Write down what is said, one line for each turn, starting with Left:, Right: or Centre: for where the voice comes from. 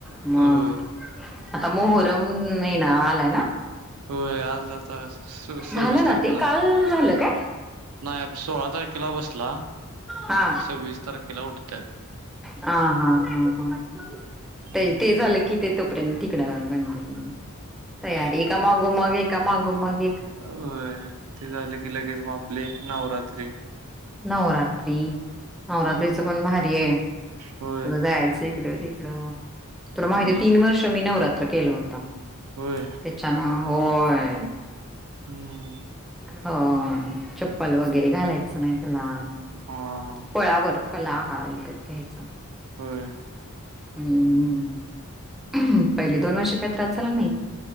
Centre: मग
Right: होय.
Centre: मोहरम ये ना आलाय ना
Right: होय आज आता सव्वीस
Centre: झालं ना
Right: तारखेला
Centre: ते
Right: आहे
Centre: काल झालं काय
Right: नाही सोळा तारखेला बसला
Centre: हा
Right: सव्वीस तारखेला उठतात
Centre: हा हा हा हा
Right: हम्
Centre: ते ते झालं की ते तोपर्यंत गणपती तयारी का मग मग कामा गुमग
Right: अ ते झालं की लगेच मा आपले नवरात्री
Centre: नवरराात्री नवरात्रीच
Right: हम्म.
Centre: पण भारी आहे
Right: होय.
Centre: जायचं इकडे इडा तर माहिती
Right: होय.
Centre: आहे तीन वर्ष मी नवरात त केलं होतम
Right: होय.
Centre: त्याच्या ना होय
Right: हम्म
Centre: हो चप्पल वगैरे घालायचं नाही तला
Right: हां.
Centre: पयावरर फलाहार यच घ्यायचा
Right: होय.
Centre: हम पहिले
Right: हम्म.
Centre: दोन वर्ष काही त्रास झाला नाही